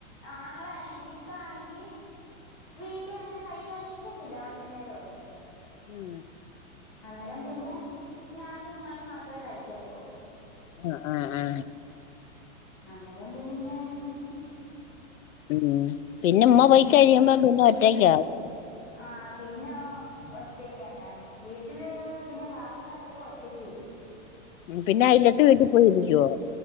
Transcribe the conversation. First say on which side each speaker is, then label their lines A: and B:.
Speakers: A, on the left; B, on the left.
A: ആങ്ങളെ എന്റെ ഇക്ക ആണെങ്കി വീട്ടിൽ അങ്ങനെ കഴിക്കാനിരിക്കത്തില്ല വൈകുന്നേര ഒന്നും
B: ഉം
A: അന്നേരം പിന്നെ ഞാനും ഉമ്മായും മാത്രമേ കഴിക്കത്തുള്ളൂ
B: അ അ അ
A: അന്നേരം പിന്നെ ഇങ്ങനെ അങ്ങി ഇരിക്കും
B: ഉ പിന്നെ ഉമ്മ പോയി കഴിയുമ്പ പിന്നെ ഒറ്റയ്ക്ക
A: ആ പിന്നെ ഒറ്റക്കാ ഞാന് വീട്ട ട്ടില് പിന്നെ ക്ലാസ് ഇല്ലാത്തപ്പോ ഒറ്റക്കിരിക്കും
B: ഉം പിന്നെ അയ്ലത്ത് വീട്ടി പോയി ഇരിക്കുവോ